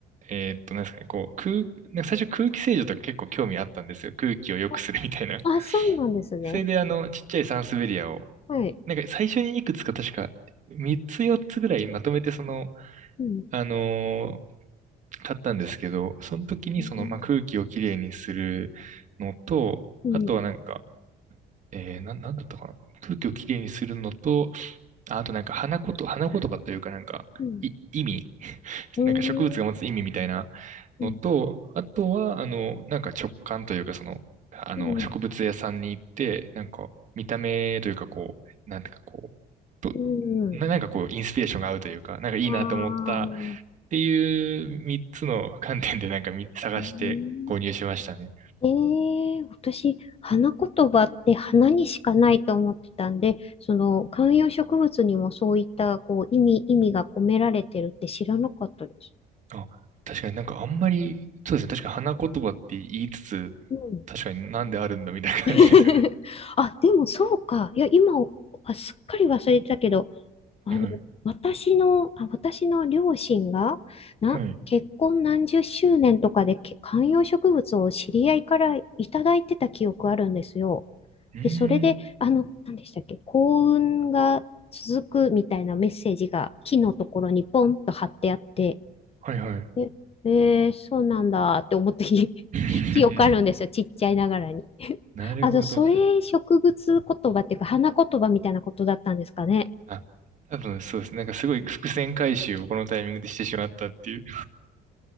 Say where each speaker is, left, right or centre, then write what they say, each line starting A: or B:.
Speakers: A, on the right (about 45°); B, on the left (about 35°).
A: えーっと、なんですかね、こう、空、なんか最初空気清浄とか結構興味あったんですよ。空気を良くするみたいな。
B: あ、あそうなんですね。
A: <laughs> それで、あの、ちっちゃいサンスベリアを、
B: はい。
A: なんか最初にいくつか確か、3つ4つぐらいまとめてその、
B: うん。
A: あの買ったんですけど、その時にその、
B: うん。
A: まあ、空気をきれいにするのと、
B: うん。
A: あとはなんか、えー、な、なんだったかな。空気をきれいにするのと、ああとなんか花言、花言葉というかなんか、
B: うん。
A: い、意味、<laughs>
B: うん。
A: なんか植物が持つ意味みたいな
B: うん。
A: のと、あとは、あの、なんか直感というか、その、あの、
B: うん。
A: 植物屋さんに行って、なんか、見た目というか、こう、なんていうか、こう、と
B: うん
A: な、なんかこう、インスピレーションが合うというか、なんかいいなと思ったっ
B: ああー
A: ていう3つの観点でなんか見探して購入しましたね。
B: うんええ、私、花言葉って花にしかないと思ってたんで、その観葉植物にもそういったこう意味、意味が込められてるって知らなかったです。
A: あ、確かになんかあんまり、そうですね。確か花言葉って言いつつ、
B: うん。
A: 確かになんであるんだみたいな感じですよね。
B: <laughs> あ、でもそうか。いや、今、あ、すっかり忘れてたけど、あの、
A: はいはい。
B: 私の、あ、私の両親が、な、
A: はい。
B: 結婚何十周年とかでけ観葉植物を知り合いからいただいてた記憶あるんですよ。
A: うーん。
B: で、それで、あの、何でしたっけ、幸運が続くみたいなメッセージが木のところにポンと貼ってあって、
A: はいはい。
B: え、えーそうなんだって思った <laughs> 記
A: <laughs>
B: 記憶あるんですよ、ちっちゃいながらに。<laughs>
A: なるほど。
B: あの、それ植物言葉っていうか、花言葉みたいなことだったんですかね。
A: あ、多分そうですね。なんかすごい伏線回収をこのタイミングでしてしまったっていう。